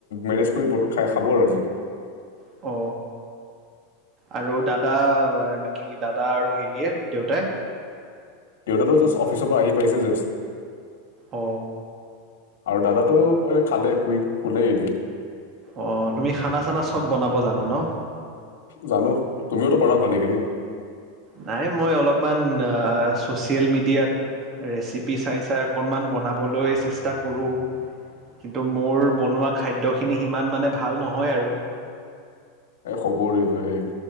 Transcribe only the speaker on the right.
অ আৰু দাদা বাকী দাদা আৰু হেৰিয়ে দেউতাই
অ
অ তুমি খানা চানা চব বনাব জানা ন
নাই মই অলপমান ছ'চিয়েল মিডিয়াত ৰেচিপি চাই চাই অকণমান বনাবলৈ চেষ্টা কৰোঁ কিন্তু মোৰ বনোৱা খাদ্যখিনি সিমান মানে ভাল নহয় আৰু